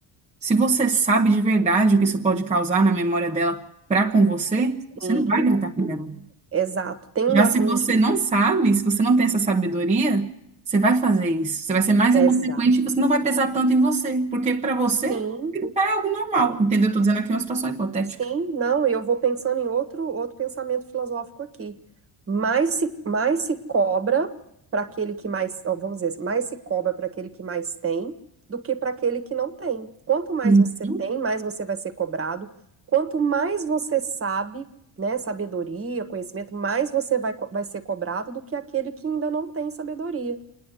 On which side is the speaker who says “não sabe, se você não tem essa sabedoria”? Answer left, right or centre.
Right